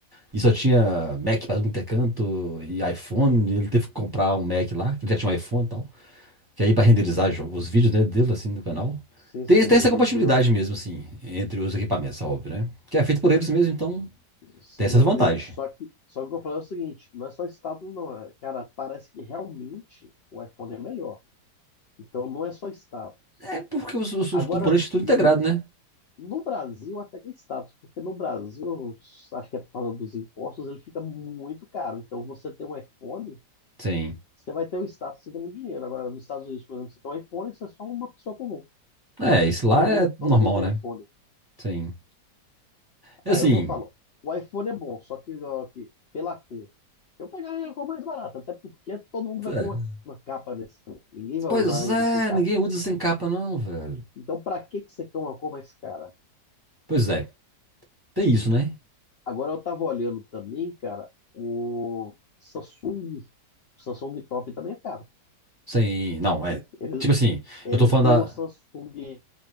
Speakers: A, on the right; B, on the left.
A: E só tinha Mac para muito canto e iPhone. e ele teve que comprar um Mac lá, que ele já tinha um iPhone e tal. Que aí para renderizar jo- os vídeos, né, dele, assim, no canal.
B: Sim,
A: Tem,
B: sim,
A: tem essa
B: eu
A: compatibilidade
B: vi. eu-
A: mesmo, assim, entre os equipamentos, é óbvio, né? Que é feito por eles mesmo, então
B: Sim,
A: tem essas
B: eu
A: vantagens.
B: vi. Só que, só que o que eu falo é o seguinte, não é só status, não. é- Cara, parece que realmente o iPhone é melhor. Então não é só status.
A: É porque os, os, os
B: Agora,
A: componentes tudo
B: no,
A: integrado, né?
B: no Brasil até que é status, porque no Brasil, acho que é por causa dos impostos, ele fica muito caro. Então você tem um iPhone,
A: Sim.
B: você vai ter o status, você tem muito dinheiro. Agora, nos Estados Unidos, por exemplo, você tem um iPhone, você é só uma pessoa comum.
A: É, isso
B: Todo
A: lá
B: mundo,
A: é normal,
B: todo mundo tem
A: né?
B: iPhone.
A: Sim. É
B: Aí
A: Assim,
B: é o que eu falo. O iPhone é bom, só que, ó, que pela cor. Eu pegaria a cor mais barata, até porque todo mundo vai
A: é.
B: pôr uma, uma capa nesse trem. Ninguém vai
A: pois
B: usar ele
A: é,
B: sem capa.
A: ninguém usa sem capa, não, velho.
B: Então, pra que que você quer uma cor mais cara?
A: Pois é, tem isso, né?
B: Agora eu tava olhando também, cara, o Samsung. O Samsung Top também é caro.
A: Sem. Não, é.
B: Ele,
A: Tipo assim,
B: ele
A: eu tô falando
B: tem o Samsung
A: da.